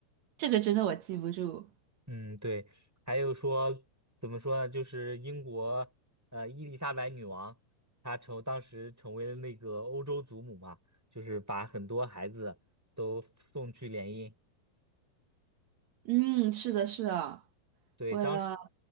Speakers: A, on the right (about 80°); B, in the centre.
A: 这个真的我记不住。
B: 嗯，对，还有说怎么说呢？就是英国呃伊丽莎白女王，她成当时成为了那个欧洲祖母嘛，就是把很多孩子都送去联姻。
A: 嗯，是的，是的，
B: 对，
A: 为了
B: 当时